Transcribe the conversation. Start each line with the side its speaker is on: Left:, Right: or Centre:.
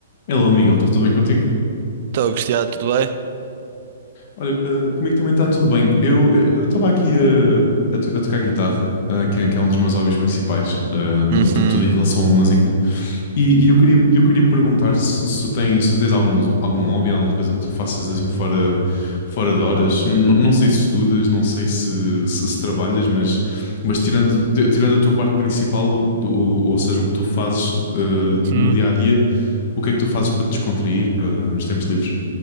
Left: Hello, Miguel, está tudo bem contigo?
Right: Estou, Cristiano, tudo bem?
Left: Olha, eh, comigo também está tudo bem. Eu eh, eu estava aqui eh, a, to- a tocar guitarra, eh, que, é que é um dos meus hobbies principais, eh,
Right: Uhum,
Left: tu- tu- tudo em relação à música. E, e eu queria, eu queria perguntar se, se, tu tens, se tu tens algum, algum hobby, alguma coisa que tu faças assim fora, fora de horas. N- não sei se estudas, não sei se, se, se trabalhas, mas, mas tirando, de- tirando a tua parte principal, do, ou, ou seja, o que tu fazes eh,
Right: uhum.
Left: no dia a dia, o que é que tu fazes para te descontrair, para, nos tempos livres?